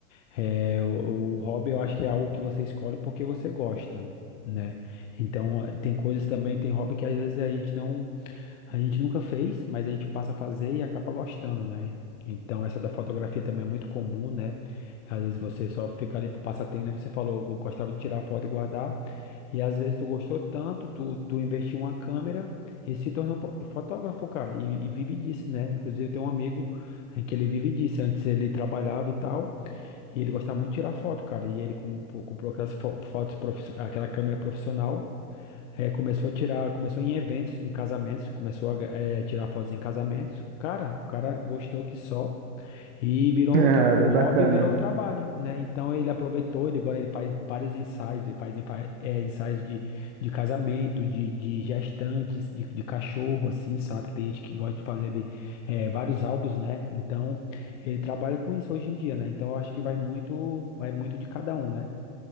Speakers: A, on the left; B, on the right.
A: é, o, o hobby eu acho que é algo que você escolhe porque você gosta, né. Então, tem coisas também, tem hobby que às vezes a gente não a gente nunca fez, mas a gente passa a fazer e acaba gostando, né? Então, essa da fotografia também é muito comum, né? Às vezes você só fica ali pro passatempo, né? Você falou, eu gostava de tirar foto e guardar. E às vezes tu gostou tanto, tu, tu investiu em uma câmera e se tornou po- fotógrafo, cara. E, e vive disso, né? Inclusive, eu tenho um amigo eh, que ele vive disso. Antes ele trabalhava e tal. E ele gostava muito de tirar foto, cara. E ele com- pô, comprou aquelas fo- fotos, profiss- aquela câmera profissional. É, começou a tirar, começou em eventos, em casamentos, começou a eh, tirar fotos em casamentos. Cara, o cara gostou que só. E virou
B: Ah,
A: um tra- o
B: bem
A: hobby
B: bacana.
A: virou um trabalho, né? Então ele aproveitou, ele agora ele faz vários ensaios, ele faz enfa- eh, ensaios de, de casamento, de, de gestantes, de, de cachorro, assim, sabe? Que tem gente que gosta de fazer ali eh, vários álbuns, né? Então ele trabalha com isso hoje em dia, né? Então eu acho que vai muito, vai muito de cada um, né?